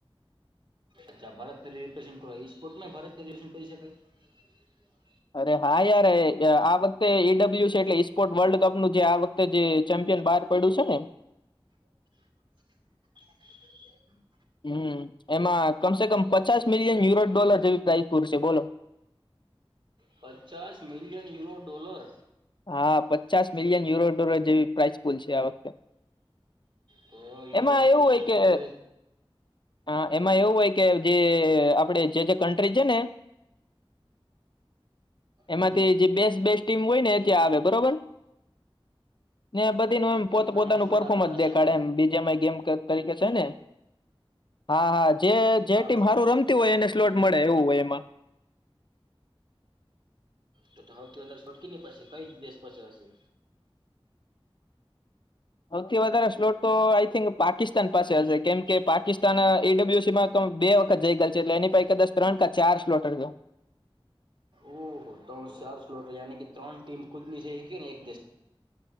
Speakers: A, on the right; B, on the left.
A: અચ્છા ભારતને રિપ્રેઝન્ટ કરવા ઈસ્પોર્ટમાય ભારતને રીપ્રેઝન્ટ કરી શકાય.
B: અરે હા, યાર અ આ વખતે ઈડબલ્યુ છે, એટલે ઇસ્પોર્ટ વર્લ્ડ કપનું જે આ વખતે જે ચેમ પ્યન બહાર પડ્યું શે ને
A: <inaudible>
B: હમ એમાં કમસે કમ પચાસ મિલિયન યુરો ડોલર જેવી પ્રાઇઝ પૂરશે બોલો. <inaudible>
A: પચાસ મિલિયન યુરો ડોલર
B: હા પચાસ મિલિયન યુરો ડોલર જેવી પ્રાઇસ પુલ છે, આ વખતે
A: તો ઇન્ડિયન
B: એમાં એવું
A: પૈસામા
B: હોય કે
A: તોએ
B: હા એમાં એવું હોય કે જે આપડે જે જે કન્ટ્રી છે, ને એમાંથી
A: હમ્મ.
B: જે બેસ્ટ બેસ્ટ ટીમ હોયને ત્યાં આવે બરોબર ને બધીનું એમ પોત-પોતાનું
A: એ પ્રમાણે સ્લોટ
B: પરફોર્મન્સ
A: આપતા હશે
B: દેખાડે
A: ને.
B: એમ બીજે એમાય ગેમ તરીકે છે, ને હા હા જે જે
A: હા
B: ટીમ
A: હા
B: હારું
A: હા.
B: રમતી હોય એને સ્લોટ મળે એવું હોય એમાં
A: તો તો હૌથી વધારે છોટકી ની પડશે કઈ દેશ પછી હશે
B: સૌથી વધારે સ્લોટ તો આ થિંક પાકિસ્તાન પાસે હશે કેમ કે પાકિસ્તાન એઇડબલ્યુસીમાં તો બે વખત જઈ ગલ છે, એટલે એની <unintelligible> કદાચ ત્રણ કા ચાર સ્લોટ <unintelligible>
A: ઓહો ત ચાર સ્લોટ યાની કી ત્રણ ટીમ ખુદની સહી શકી ને એક દેશ